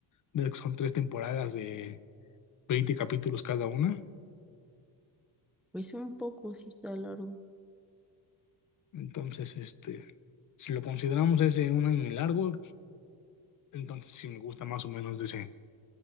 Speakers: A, on the left; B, in the centre.
A: de que son tres temporadas de 20 capítulos cada una.
B: Pues un poco, sí está largo.
A: Entonces, este, si lo consideramos ese un anime largo, entonces sí me gusta más o menos de ese,